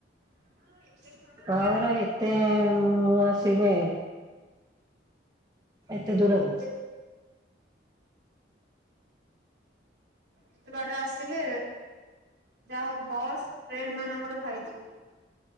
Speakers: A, on the right (about 65°); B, on the right (about 20°).
A: ଆଉ ଏତେ ଛୁଆଙ୍କର
B: ଅଉରା
A: ବ୍ୟାକ୍ ଲାଗିବ
B: ଏତେ ଆସିବେ। ଏତେ ଦୂରକୁ
A: ହଁ ଏତେ ଏତେ ବାଟ ଆସିଲେ ଯାହା ହଉ ବସ୍ ଟ୍ରେନ ମାନଙ୍କର ଫାଇଦା।